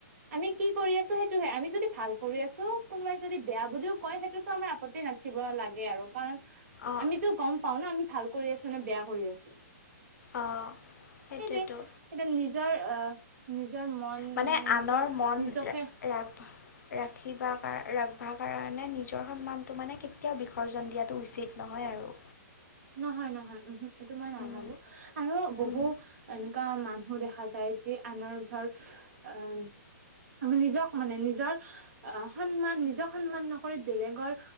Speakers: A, on the right; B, on the left.
A: আমি কি কৰি আছো সেইটোহে আমি যদি ভাল কৰি আছো, কোনোবাই যদি বেয়া বুলিও কয় সেইটোতো আমাৰ আপত্তি নাথাকিব লাগে আৰু কাৰণ
B: অঁ
A: আমিতো গম পাওঁ ন, আমি ভাল কৰি আছো নে বেয়া কৰি আছো।
B: অঁ সেইটোৱেতো
A: সেইটোৱে, এতিয়া নিজৰ আহ নিজৰ মন
B: মানে আনৰ
A: নিজৰ
B: মন,
A: নিজকে
B: ৰাগ ৰাখিবা, ৰাখবা কাৰণে নিজৰ সন্মানটো মানে কেতিয়াও বিসৰ্জন দিয়াটো উচিত নহয় আৰু।
A: নহয় নহয়, এইটো মই নাভাবো।
B: উম,
A: আৰু বহু
B: উম।
A: এনেকুৱা মানুহ দেখা যায়, যি আনৰ ধৰ অ' আমি নিজক মানে নিজৰ আহ সন্মান নিজক সন্মান নকৰি বেলেগৰ